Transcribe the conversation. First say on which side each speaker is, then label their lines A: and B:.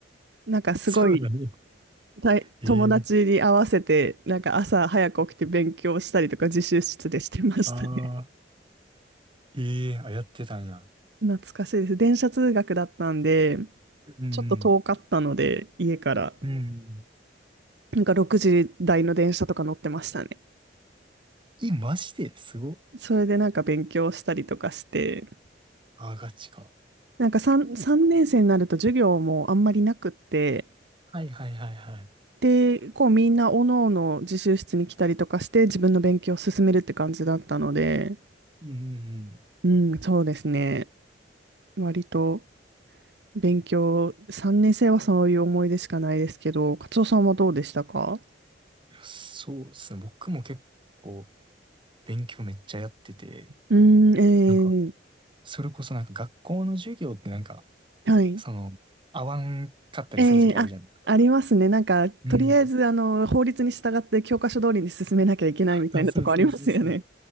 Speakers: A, on the right; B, on the right.
A: なんかすごい、
B: そうだね。
A: たい友達に合わせて、
B: えー、
A: なんか朝早く起きて勉強したりとか自習室でしてましたね。
B: あええあ、やってたんや。
A: <laughs> 懐かしいです。電車通学だったんで、
B: うん。
A: ちょっと遠かったので、家から、
B: うん。
A: なんか6時台の電車とか乗ってましたね。
B: え、マジですごっ。
A: それでなんか勉強したりとかして、
B: あ、ガチか。
A: なんか 3, 3年生になると授業もあんまりなくって、
B: はいはいはいはいはい。
A: で、こうみんなおのおの自習室に来たりとかして自分の勉強を進めるって感じだったので、
B: うん。
A: うん、そうですね。割と勉強、3年生はそういう思い出しかないですけど、カツオさんはどうでしたか
B: そうですね。僕も結構勉強めっちゃやってて、
A: うーん、
B: なんか、
A: え
B: それこそなんか学校の授業ってなんか、
A: ー、はい。
B: その、合わんかったりするときあるじゃないですか。
A: ええあ、ありますね。なんか、
B: うん。
A: とりあえず、あの、法律に従って教科書通りに進めなきゃいけないみたいなとこありますよね。
B: あそうそうそうそう。